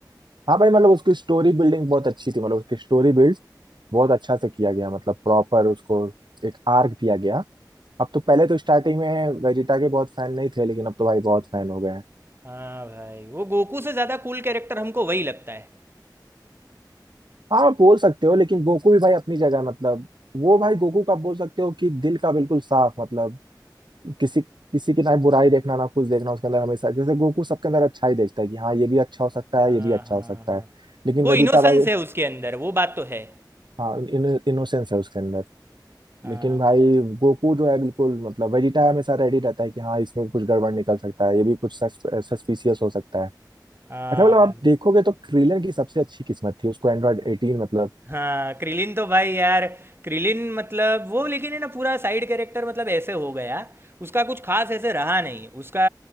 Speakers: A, on the right; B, on the right.
A: हाँ भाई मतलब उसकी स्टोरी बिल्डिंग बहुत अच्छी थी मतलब उसकी स्टोरी बिल्ड बहुत अच्छा से किया गया मतलब प्रॉपर उसको एक आर्क दिया गया अब तो पहले तो स्टार्टिंग में वेजिटा के बहुत फैन नहीं थे लेकिन अब तो भाई बहुत फैन हो गए हैं
B: हाँ भाई वो गोकू से ज़्यादा कूल कैरेक्टर हमको वही लगता है
A: हाँ बोल सकते हो लेकिन गोकू भी भाई अपनी जगह मतलब वो भाई गोकू का बोल सकते हो कि दिल का बिल्कुल साफ मतलब किसी किसी की ना बुराई देखना ना कुछ देखना उसके अंदर हमेशा जैसे गोकू सबके अंदर अच्छा ही देखता है कि हाँ ये भी अच्छा हो सकता
B: हाँ
A: है ये भी अच्छा
B: हाँ
A: हो सकता
B: हाँ
A: है लेकिन
B: वो
A: वेजिटा
B: इनोसेंस
A: भाई
B: है उसके अंदर वो बात तो है
A: हाँ इन, इनोसेंस है उसके अंदर
B: हाँ
A: लेकिन भाई गोकू जो है बिल्कुल मतलब वेजिटा हमेशा रेडी रहता है कि हाँ इसमें कुछ गड़बड़ निकल सकता है ये भी कुछ सस्पिशियस हो सकता है
B: हाँ
A: अच्छा मतलब आप देखोगे तो क्रीलन की सबसे अच्छी किस्मत थी उसको एंड्रॉयड एटीन मतलब
B: हाँ क्रिलिन तो भाई यार क्रिलिन मतलब वो लेकिन है ना पूरा साइड कैरेक्टर मतलब ऐसे हो गया उसका कुछ खास ऐसे रहा नहीं उसका